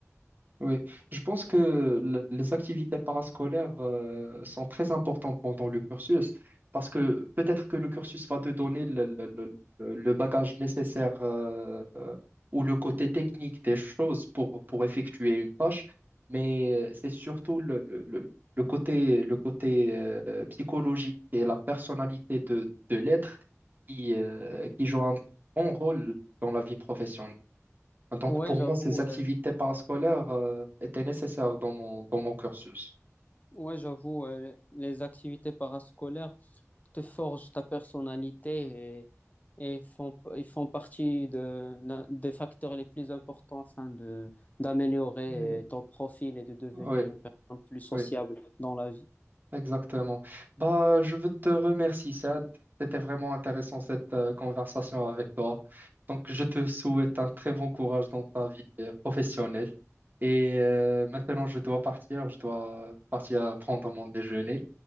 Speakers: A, on the right; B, on the left.
A: Oui, je pense que le- les activités parascolaires euh, sont très importantes pendant le cursus parce que peut-être que le cursus va te donner le, le- le- le- le bagage nécessaire euh, euh, ou le côté technique des choses pour, pour effectuer une tâche, mais euh, c'est surtout le, le- le- le côté, le côté euh, psychologique et la personnalité de, de l'être qui, euh, qui joue un grand rôle dans la vie professionnelle. Donc,
B: Ouais,
A: pour
B: j'avoue,
A: moi, ces activités
B: euh,
A: parascolaires euh, étaient nécessaires dans mon, dans mon cursus.
B: Ouais, j'avoue, euh, les activités parascolaires te forgent ta personnalité et, et font, ils font partie de, d'un- des facteurs les plus importants afin de, d'améliorer
A: Mm.
B: euh, ton profil et de devenir
A: Oui,
B: une personne plus sociable
A: oui,
B: dans la vie.
A: exactement. Bah, je veux te remercier, Sad. C'était vraiment intéressant cette euh, conversation avec toi. Donc, je te souhaite un très bon courage dans ta vie euh, professionnelle. Et euh, maintenant, je dois partir. Je dois partir prendre mon déjeuner.